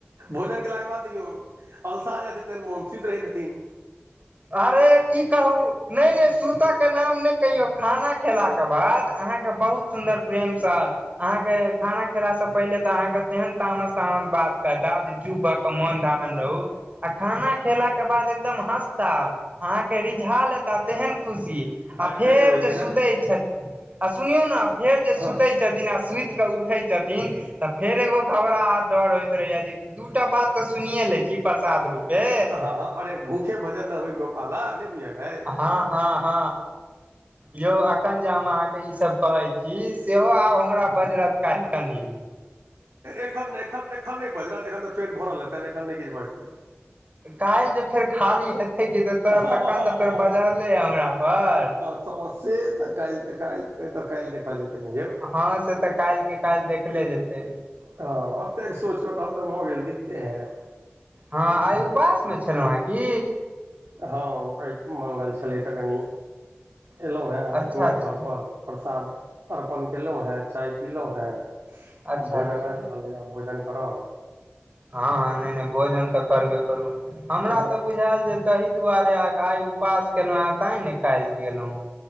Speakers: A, on the right; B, on the right.
A: भोजन केलाके बाद देखियौ अलसा जाइ हन मोनसद रहै हन
B: अरे की नैई नेई सुत के नाम नहि कहि खाना खेला बाद अहाँ बहुत सुन्दर प्रेमसँ अहाँके खाना खेलासँ पहिले तऽ अहाँके तेहन तामस तामस बात कहता जे युवक मन धारण रहू आ खाना खेला के बाद एकदम हस ता अहाँके रिझाल एेता तेहन खुशी आ
A: अरे
B: फेर
A: होइ
B: जे
A: छै
B: सुतै
A: ने
B: छै आ सुनियौ ने फेर जे
A: हँ
B: सुतै छै छथिन आ सुति कऽ उठै छथिन तऽ फेर एगो घबरा डर होइत रहैया जे दूटा बात तऽ सुने लै छी प्रसाद रूपे
A: हँ हँ अरे भूखे भजन न होई गोपाला नहि बुझल अइ
B: हँ हँ ह यौ अख तऽ ई सब कहै छी सेहो आब हमरा बजरथ काहे कनि
A: एखन एखन एखन नहि बजत एखन तऽ पेट भरल रहतनि एखन नहि किछु बजतै
B: काल्हि जे फेर खाली हेते क
A: हँ
B: तखन तऽ फेर बजरले हमरा पर
A: स तऽ काल्हि काल काल्हि देख कल जेतै नहि यौ
B: हँ से तऽ काल्हिके काल्हि देखले जेतै
A: हँ अब तेक सोच कऽ तऽ हम तऽ भऽ गेल दिखते है
B: हँ आइ उपास मे छलहुँ हेँ की
A: हँ उ मंगल छलै तऽ कनि एलहुँ हेँ
B: अच्छा
A: आब एखने
B: अच्छा
A: घरप प्रसाद अर्पण केलहुँ हँ चाय पीलहुँ हँ
B: अच्छा
A: आब भोजन
B: अच्छा
A: आबि रहलै आब भोजन करब
B: हँ ह नहि नहि भोजन तऽ करबे करू हमरा
A: हँ
B: तऽ बुझायल जे ताहि दुआरे आ आइ उपवास केलहु आ तां ने खाइल गेल ह